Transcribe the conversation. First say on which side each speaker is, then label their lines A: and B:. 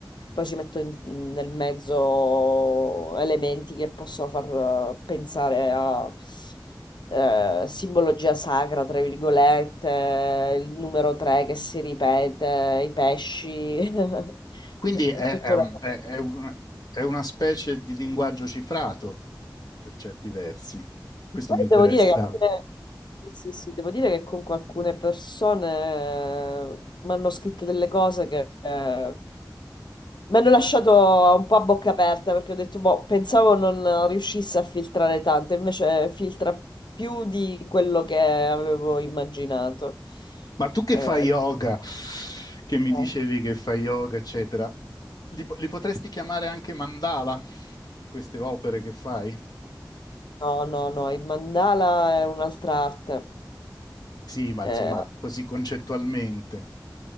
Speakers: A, on the left; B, on the left.
A: poi ci metto in- nel mezzo elementi che possono far eh, pensare a... eh, simbologia sacra, tra virgolette, il numero 3 che si ripete, i pesci,
B: Quindi
A: <laughs>
B: è,
A: e tutto
B: è un-
A: là.
B: è- è un- è una specie di linguaggio cifrato per certi versi. Questo
A: Poi
B: mi interessa.
A: devo dire che alcune- sì, sì, devo dire che con alcune persone mi hanno scritto delle cose che eh, mi hanno lasciato un po' a bocca aperta perché ho detto, boh, pensavo non riuscisse a filtrare tanto, invece filtra più di quello che avevo immaginato.
B: Ma tu che
A: Eh,
B: fai yoga, che mi
A: no,
B: dicevi che fai yoga, eccetera, li, po- li potresti chiamare anche mandala, queste opere che fai?
A: no, no, il mandala è un'altra arte.
B: Sì, ma
A: Eh,
B: insomma, così concettualmente.